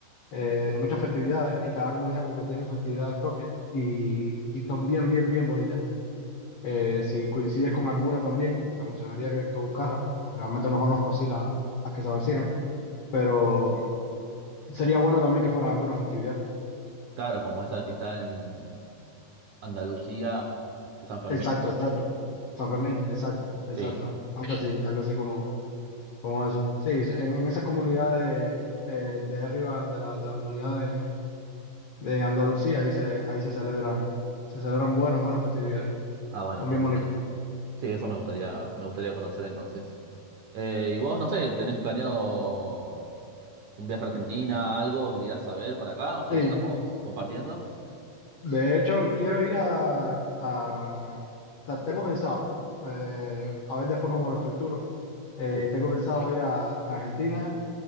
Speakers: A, on the left; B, on the right.
A: eh, muchas festividades y cada comunidad como que tiene festividades propias y, y son bien, bien, bien bonitas. Eh, si coincides con alguna también, te aconsejaría que, que buscara. No, Realmente no conozco así la- las que se avecinan, pero sería bueno también que fuera alguna festividad.
B: Claro, como esa que está en Andalucía, San Fermín.
A: Exacto, exacto. San Fermín, exacto, exacto.
B: Sí.
A: Algo así, algo así como, como eso. Sí, en, en esas comunidades eh, de arriba de la, de la comunidad de, de Andalucía, ahí se, ahí se celebran, se celebran buenas, buenas festividades.
B: Ah, bueno,
A: Son
B: entonces,
A: bien bonitas.
B: sí, eso me gustaría, me gustaría conocer entonces. Eh, y vos, no sé, ¿tenés planeado un viaje a Argentina, algo que quieras saber para acá, ya
A: Sí,
B: que estamos compartiendo?
A: De hecho, quiero ir a, a- o sea, tengo pensado, eh, a ver después cómo lo estructuro, eh,
B: Sí.
A: tengo pensado ir a Argentina,